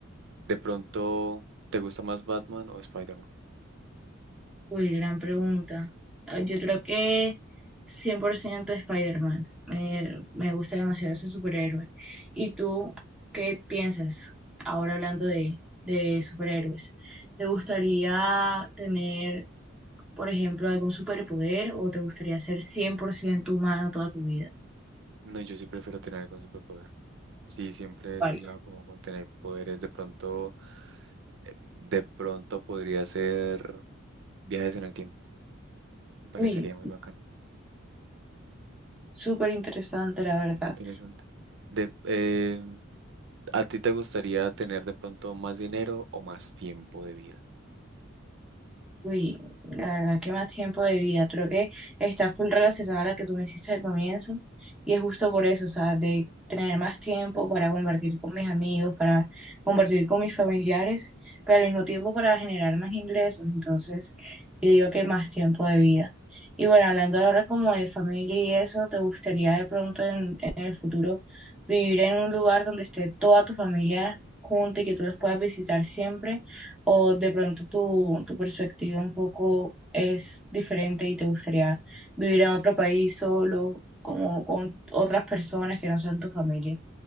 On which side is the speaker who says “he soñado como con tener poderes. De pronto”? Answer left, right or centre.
Right